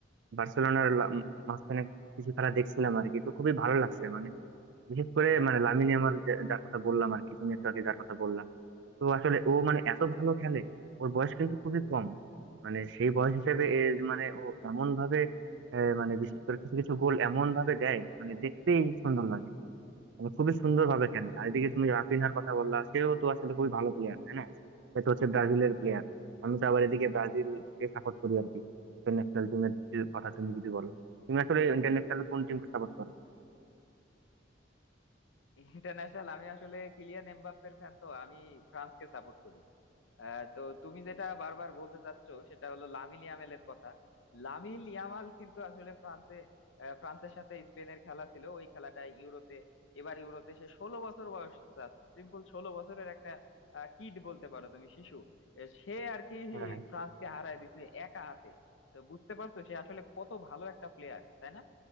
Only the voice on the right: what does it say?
বার্সেলোনার লা- উম মাঝখানে কিছু খেলা দেখছিলাম আর কি তো খুবই ভালো লাগছে মানে বিশেষ করে মানে লামিনে আমার যার কথা বললাম আর কি তুমি একটু আগে যার কথা বললা তো আসলে ও মানে এত ভালো খেলে ওর বয়স কিন্তু খুবই কম মানে সেই বয়স হিসেবে এ যে মানে ও এমন ভাবে আহ, মানে বিশেষ করে কিছু কিছু গোল এমন ভাবে দেয় মানে দেখতেই সুন্দর লাগে মানে খুবই সুন্দর ভাবে খেলে আর এদিকে তুমি রাফিনহার কথা বললা সেও তো আসলে খুবই ভালো প্লেয়ার তাই না সে তো হচ্ছে ব্রাজিলের প্লেয়ার আমি তো আবার এদিকে ব্রাজিলকে সাপোর্ট করি আর কি ইন্টারন্যাশনাল টিমের কথা তুমি যদি বলো তুমি আসলে ইন্টারন্যাশনাল কোন টিমকে সাপোর্ট করো
হ্যাঁ